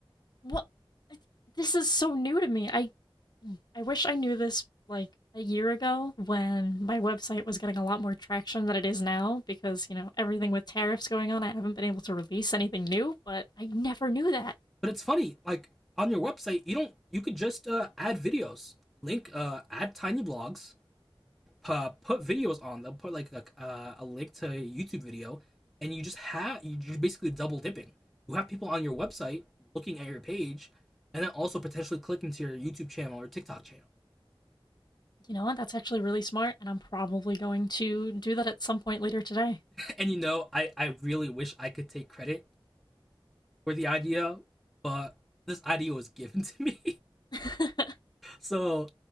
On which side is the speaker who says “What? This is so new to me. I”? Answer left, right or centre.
Left